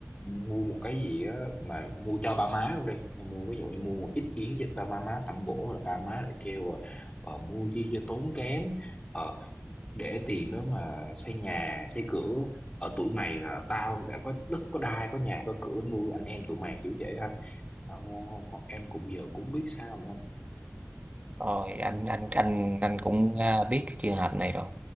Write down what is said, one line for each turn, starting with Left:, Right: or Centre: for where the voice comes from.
Left: mua một cái gì á mà mua cho ba má luôn đi em mua ví dụ em mua ít yến cho ba má tẩm bổ là ba má lại kêu là ờ, mua chi cho tốn kém ờ, để tiền đó mà xây nhà xây cửa ở tuổi mày là tao đã có đất có đai có nhà có cửa nuôi anh em tụi mày kiểu vậy anh Tao- em cũng giờ cũng biết sao nữa anh.
Right: Rồi anh anh anh anh cũng à, biết cái trường hợp này rồi.